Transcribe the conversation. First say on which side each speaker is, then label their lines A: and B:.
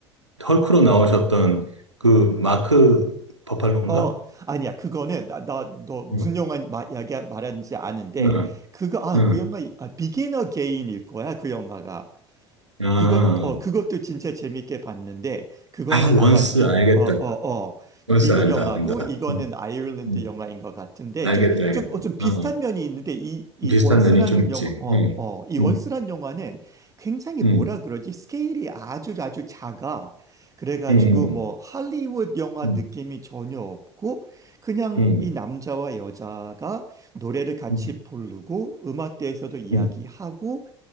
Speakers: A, on the right (about 85°); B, on the right (about 20°).
A: 헐크로 나오셨던 그 마크 버팔로인가?
B: 어, 아니야. 그거는 나, 나, 너 무슨
A: 응,
B: 영화 마, 이야기 말하는지 아는데
A: 응,
B: 그거 아,
A: 응.
B: 그 영화 아, 비기너 게인일 거야. 그 영화가.
A: 아,
B: 그것, 어, 그것도 진짜 재밌게 봤는데, 그거는
A: 아, 원스
B: 아마 미,
A: 알겠다.
B: 어, 어, 어, 그
A: 원스
B: 미국
A: 안다,
B: 영화고,
A: 안다.
B: 이거는
A: 응,
B: 아일랜드
A: 응.
B: 영화인 것 같은데,
A: 알겠다,
B: 좀,
A: 알겠다.
B: 좀, 어, 좀 비슷한
A: 응, 응.
B: 면이 있는데, 이, 이
A: 비슷한
B: 원스라는
A: 면이 좀 있지.
B: 영화, 어,
A: 응,
B: 어, 이 원스란
A: 응,
B: 영화는 굉장히
A: 응,
B: 뭐라 그러지? 스케일이 아주 아주 작아. 그래가지고,
A: 응,
B: 뭐, 할리우드 영화
A: 응,
B: 느낌이 전혀 없고, 그냥
A: 응,
B: 이 남자와 여자가 노래를 같이
A: 응,
B: 부르고, 음악대에서도 이야기하고,
A: 응,